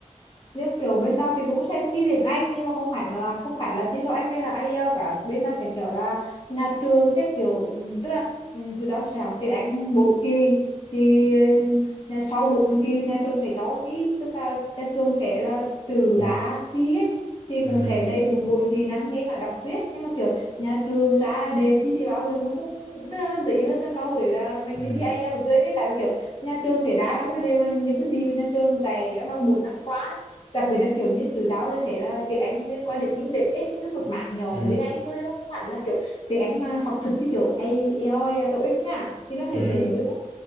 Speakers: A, on the left; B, on the right.
A: như kiểu bên tao thì cũng sẽ thi tiếng Anh nhưng mà không phải là không phải là thi TOEIC hay là IELTS cả bên tao sẽ kiểu là nhà trường sẽ kiểu ừm, tức là ừm, tụi tao sẽ học tiếng Anh bốn kỳ thì ừ, nhà sau bốn kỳ thì nhà trường sẽ cho thi tức là nhà trường sẽ là từ
B: ừ
A: ra thi ấy. thì cũng
B: ừ
A: sẽ đầy đủ bốn kỹ năng nghe nói đọc viết nhưng mà kiểu nhà trường ra đề thi thì bao giờ nó cũng tức là nó dễ hơn là so với là mình
B: ừ
A: đi thi IELTS với cái tại vì kiểu nhà trường sẽ ra trong cái đề mà những cái gì mà nhà trường dạy trong vòng 4 năm qua đặc biệt là kiểu như từ tao thì sẽ là tiếng Anh liên quan đến kinh tế tức một mảng nhỏ
B: ừ
A: của tiếng Anh thôi chứ không hẳn là kiểu tiếng Anh mà học thuật như kiểu IELTS hay là TOEIC nha thì nó sẽ
B: ừ
A: dễ hơn đấy